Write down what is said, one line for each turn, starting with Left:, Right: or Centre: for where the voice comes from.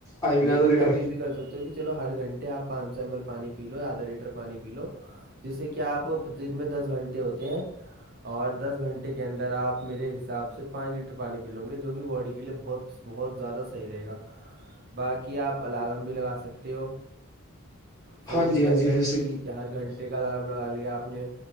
Left: آئی مین
Right: لیکن
Left: آدھا لیٹر
Right: آپ یہ بھی کر سکتے ہو کہ چلو ہر گھنٹے آپ پانچ سو ایم ایل پانی پی لو آدھا لیٹر پانی پی لو جس سے کہ آپ دن میں دس گھنٹے ہوتے ہیں اور دس گھنٹے کے اندر آپ میرے حساب سے پانچ ڈٹر پانی پی لوں گے جو کہ باڈی کے لیے بہت بہت زیادہ صحیح رہے گا باقی آپ الارم بھی لگا سکتے ہو فون
Left: ہاں جی
Right: کے
Left: ہاں
Right: اندر
Left: جی ویسے
Right: ہی ہر گھنٹے کا الارم لگا لیا آپ نے